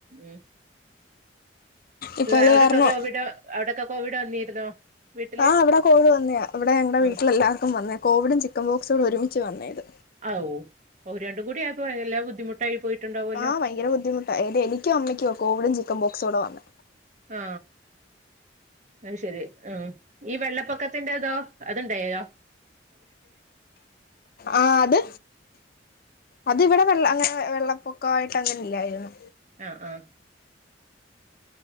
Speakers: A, on the right; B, on the left.
A: ഉം
B: ഇപ്പത്
A: അവിടൊക്കെ
B: കാരണം
A: കോവിഡ് അവിടൊക്കെ കോവിഡ് വന്നിരുന്നോ വീട്ടില്
B: ആ ഇവിടെ കോവിഡ് വന്നെയാ ഇവിടെ ഞങ്ങടെ
A: ആഹ്
B: വീട്ടിലെല്ലാവർക്കും വന്നയാ കോവിഡും ചിക്കൻ ബോക്സൂടെ ഒരുമിച്ച് വന്നത്
A: ഔ ഓ രണ്ടും കൂടി ആയപ്പോ എല്ലാം ബുദ്ധിമുട്ടായി പോയിട്ടുണ്ടാവല്ലോ
B: ആ ഭയങ്കര ബുദ്ധിമുട്ടാ ഇത് എനിക്കും അമ്മയ്ക്കുവാ കോവിഡും ചിക്കൻ ബോക്സൂടെ വന്നു
A: ആ അയ്ശരി ആ ഈ വെള്ളപ്പൊക്കത്തിന്റെതോ അത്ണ്ടായോ
B: ആ അത് അത് ഇവിടെ വെള്ള അങ്ങനെ വെള്ളപ്പൊക്കായിട്ട് അങ്ങനെ ഇല്ലായിരുന്നു
A: ആഹ് ആഹ്